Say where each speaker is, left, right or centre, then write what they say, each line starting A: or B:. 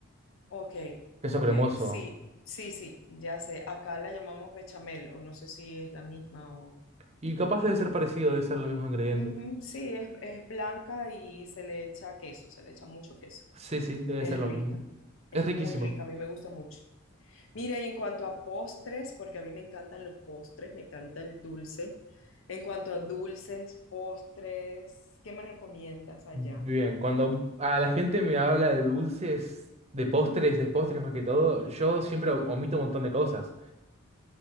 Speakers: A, on the left; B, on the right.
A: Ok,
B: Queso
A: ok,
B: cremoso.
A: sí, sí, sí, ya sé. Acá la llamamos bechamel, o no sé si es la misma o...
B: Y capaz debe ser parecido, debe ser los mismos ingredientes.
A: Ujú, sí, es, es blanca y se le echa queso, se le echa mucho queso.
B: Sí, sí, debe
A: Es
B: ser lo
A: rica,
B: mismo.
A: es
B: Es riquísimo.
A: muy rica, a mí me gusta mucho. Mira, y en cuanto a postres, porque a mí me encantan los postres, me encanta el dulce. En cuanto a dulces, postres, ¿qué me recomiendas allá?
B: Bien, cuando a la gente me habla de dulces, de
A: <laughs>
B: postres, de postres más que todo, yo siempre omito un montón de cosas.